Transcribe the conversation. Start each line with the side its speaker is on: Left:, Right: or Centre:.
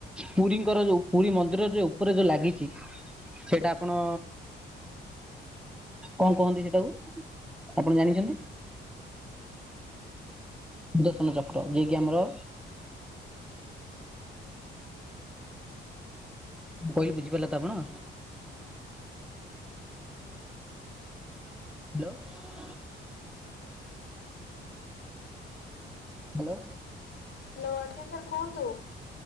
Centre: ପୁରୀଙ୍କର ଯୋଉ, ପୁରୀ ମନ୍ଦିରରେ ଉପରେ ଯୋଉ ଲାଗିଛି ସେଇଟା ଆପଣ, କଣ କୁହନ୍ତି ସେଟାକୁ? ଆପଣ ଜାଣିଛନ୍ତି?
Left: <unintelligible>
Centre: ସୁଦର୍ଶନ ଚକ୍ର। ଯିଏ କିି ଆମର ମୁଁ କହିଲି ବୁଝିପାରିଲ ତ ଅପଣ?
Left: ଆଜ୍ଞା ଆଜ୍ଞା।
Centre: ହ୍ୟାଲୋ।
Left: ଆଜ୍ଞା, ସାର୍ କୁହନ୍ତୁ।
Centre: ହାଲୋ।
Left: ହାଲୋ, ଆଜ୍ଞା ସାର୍ କୁହନ୍ତୁ।